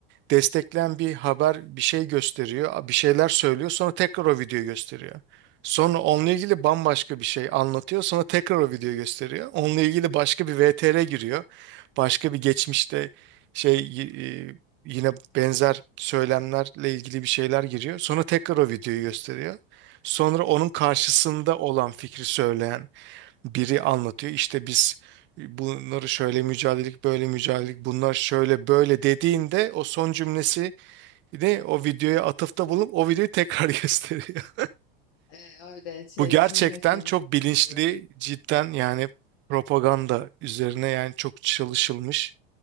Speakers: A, on the right; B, on the left.
A: destekleyen bir haber bir şey gösteriyor, bir şeyler söylüyor, sonra tekrar o videoyu gösteriyor. Sonra onunla ilgili bambaşka bir şey anlatıyor, sonra tekrar o videoyu gösteriyor. Onunla ilgili başka bir VTR giriyor. Başka bir geçmişte şey y- y- yine benzer söylemlerle ilgili bir şeyler giriyor. Sonra tekrar o videoyu gösteriyor. Sonra onun karşısında olan fikri söyleyen biri anlatıyor. işte biz e, bunları şöyle mücadelelik, böyle mücadelelik, bunlar şöyle böyle dediğinde o son cümlesi de o videoya atıfta bulunup o videoyu tekrar <laughs> gösteriyor.
B: E, öyle şey
A: Bu gerçekten
B: çiğniyor çiğniyor
A: çok
B: tükürüyor.
A: bilinçli, cidden yani propaganda üzerine yani çok çalışılmış.